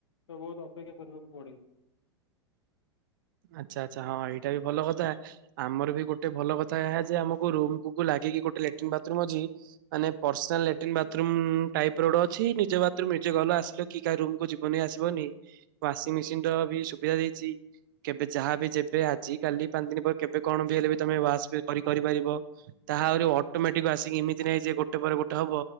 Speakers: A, on the left; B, on the right.
A: ତ ବୋହୁତ ଅପେକ୍ଷା କରିବାକୁ ପଡେ।
B: <inaudible> ଆଚ୍ଛା ଆଚ୍ଛା ହଁ ଏଇଟା ବି ଭଲ କଥା ଆମର ବି ଗୋଟେ ଭଲ କଥା ଏହା ଯେ ଆମକୁ ରୁମକୁ-କୁ ଲାଗି ଗିକି ଗୋଟେ ଲାଟିନ୍ ବାଥରୁମ୍ ଅଛି ମାନେ ପର୍ସନାଲ୍ ଲାଟିନ୍ ବାଥରୁମ୍ ଟାଇପର ଗୋଟେ ଅଛି ନିଜ ବାଥରୁମ୍ ନିଜେ ଗଲ ଆସିଲ କେହି କାହା ରୁମକୁୁ ଯିବନି ଆସିବନି ୱାସିଂ ମେସିନର ବି ସୁବିଧା ଦେଇଚି। କେବେ ଯାହା ବି ଯେବେ ଆଜି କାଲି ପାଞ୍ଚ ଦିନ ପରେ କେବେ କଣ ବି ହେଲେ ବି ତମେ ୱାସ୍ ବି କରି କରିପାରିବ ତା ଆହୁରି ଅଟୋମେଟିକ୍ ଆସିକି ଏମିତି ନାହିଁ ଯେ ଗୋଟେ ପରେ ଗୋଟେ ହବ